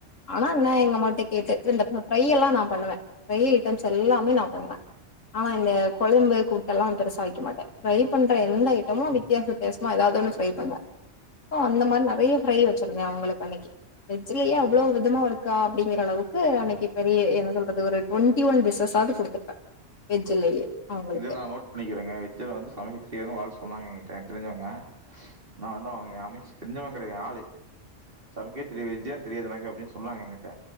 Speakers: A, on the left (about 85°); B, on the right (about 45°).
A: ஆனா என்ன எங்க அம்மாட்ட கேட்டுட்டு இருந்த ஃப்ரையலா எல்லா நா பண்ணுவே ப்ஃரை ஐட்டம்ஸ் எல்லாமே நா பண்ணுவே ஆனா இந்த கொழம்பு கூட்டெல்லா பெருசா வைக்க மாட்டே ஃப்ரை பண்ணுற எந்த ஐட்டமு வித்தியாச வித்தியாசமா எதாவது ஒன்னு ஃப்ரை பண்ணுவே சோ அந்த மாரி நறைய ஃப்ரை வச்சுருந்தே அவங்களுக்கு அன்னைக்கி வெஜ்ஜிலயே அவ்ளோ
B: ஆ.
A: விதமா இருக்கா அப்டிங்கிற அளவுக்கு க்கு அன்னைக்கி பெரிய என்ன சொல்றது ஒரு டுவெண்டி ஒன் டிசஸ்ஸாவது குடுத்துருப்பே வெஜ்லயே அவங்களுக்கு
B: இத நா நோட் பண்ணிக்கறங்க வெஜ்ஜில வந்து சமைக்க தெரியாதுன்னு ஒரு ஆள் சொன்னாங்க என்கிட்ட தெரிஞ்சவங்க நா வந்து அவங்க அம்ச்சி தெரிஞ்சவங்க கடையாது எ ஆளு சமைக்கே தெரியா வெஜ்லா தெரியாது எனக்கு அப்டின்னு சொன்னாங்க என்கிட்ட